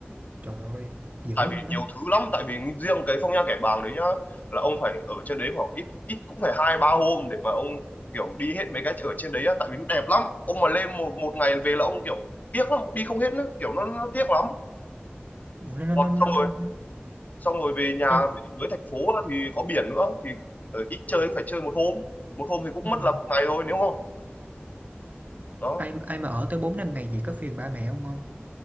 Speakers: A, on the right (about 40°); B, on the left (about 40°).
A: trời ơi dữ
B: tại
A: luôn
B: vì nhiều
A: á
B: thứ lắm tại vì riêng cái Phong Nha Kẻ Bàng đấy nhá là ông phải ở trên đấy khoảng ít ít cũng phải hai ba hôm để mà ông kiểu đi hết mấy cái ở trên đấy á tại vì nó đẹp lắm ông mà lên một một ngày về là ông kiểu tiếc lắm đi không hết nữa kiểu nó, nó tiếc lắm
A: Ủa, nó
B: còn
A: nó nó
B: xong
A: nó,
B: rồi
A: nó,
B: xong rồi về nhà
A: nó
B: với thành phố á, thì có biển nữa thì ở ít chơi cũng phải chơi một hôm một hôm thì cũng
A: ừ.
B: mất là một ngày thôi nếu không đó
A: ai ai mà ở tới bốn năm ngày gì có phiền ba mẹ không không